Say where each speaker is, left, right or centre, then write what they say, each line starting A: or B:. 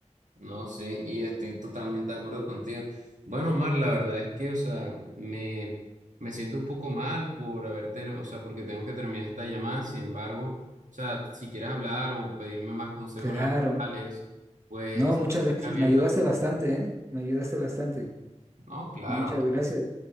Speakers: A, on the right; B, on the right.
A: No, sí, y estoy totalmente de acuerdo contigo. Bueno, Omar, la verdad es que, o sea, me, me siento un poco mal por haber tenido, o sea, porque tengo que terminar esta llamada. Sin embargo, o sea, si quieres hablar o pedirme más consejos
B: Claro.
A: laborales, pues
B: No, muchas gracias,
A: estoy abierto
B: me ayudaste
A: a...
B: bastante, ¿eh? Me ayudaste bastante.
A: No, claro.
B: Muchas gracias.